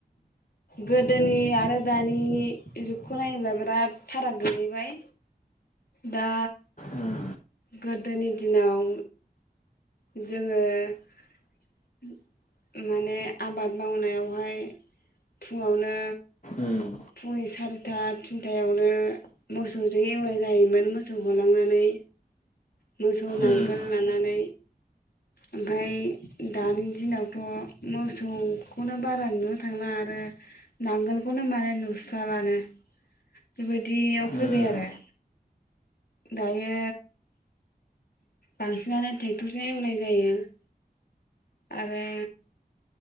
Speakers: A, on the left; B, on the left.
A: गोदोनि आरो दानि जुगखौ नायोब्ला बिराद फाराग गोलैबाय दा
B: उम
A: गोदोनि दिनाव जोङो माने आबाद मावनाययावहाय फुङावनो
B: उम
A: फुंनि सारिथा थिनथायावनो मोसौजों एवरायनाय जायोमोन मोसौ होलांनानै मोसौ नांगोल
B: उम
A: लानानै ओमफ्राय दानि दिनावथ' मोसौखौनो बारा नुनो थांला आरो नांगोलखौनो माने नुस्रा लानो बेबायदियाव फैबाय
B: उम
A: आरो । दायो बांसिनानो ट्रेक्टरजों एवनाय जायो । आरो